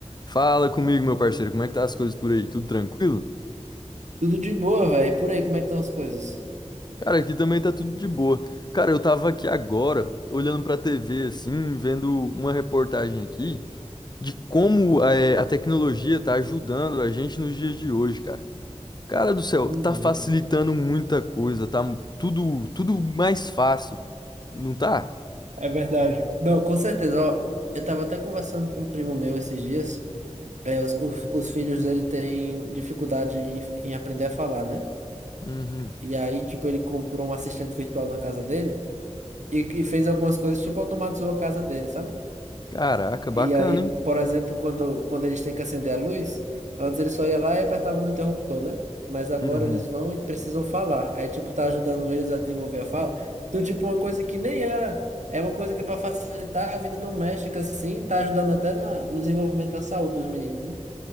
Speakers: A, on the left; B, on the right.
A: Fala comigo, meu parceiro, como é que tá as coisas por aí? Tudo tranquilo?
B: Tudo de boa, velho. Por aí, como é que estão as coisas?
A: Cara, aqui também tá tudo de boa. Cara, eu tava aqui agora, olhando pra TV, assim, vendo uma reportagem aqui de como eh, a tecnologia tá ajudando a gente nos dias de hoje, cara. Cara do céu,
B: Uhum.
A: tá facilitando muita coisa, tá tudo, tudo mais fácil, não tá?
B: É verdade. Não, com certeza. Ó, eu tava até conversando com um primo meu esses dias. É, os, os, os filhos dele têm dificuldade em, em aprender a falar, né?
A: Uhum.
B: E aí, tipo, ele comprou um assistente virtual na casa dele e, e fez algumas coisas, tipo, automatizou a casa dele, sabe?
A: Caraca, bacana,
B: E aí,
A: hein?
B: por exemplo, quando, quando eles têm que acender a luz, antes eles só ia lá e apertava no interruptor, né? Mas agora
A: Uhum.
B: eles vão e precisam falar. Aí, tipo, tá ajudando eles a desenvolver a fala. Então, tipo, uma coisa que nem era. É uma coisa que é pra facilitar a vida doméstica, assim, tá ajudando até na, no desenvolvimento da saúde dos meninos. né?